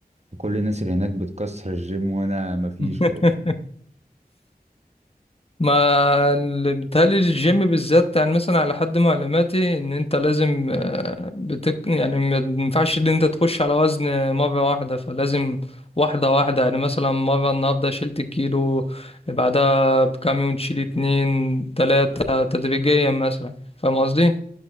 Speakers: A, on the right; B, on the left.
A: كل الناس اللي هناك بتكسر الجيم وانا مفيش
B: <laughs>
A: خالص
B: ما ال- بيتهيألي الجيم بالذات يعني مثلا على حد معلوماتي ان انت لازم آه، بتك يعني ما ينفعش ان انت تخش على وزن مرة واحدة فلازم واحدة واحدة يعني مثلا مرة النهاردة شلت كيلو بعدها بكام يوم تشيل اتنين تلاتة تدريجيا مثلا فاهم قصدي؟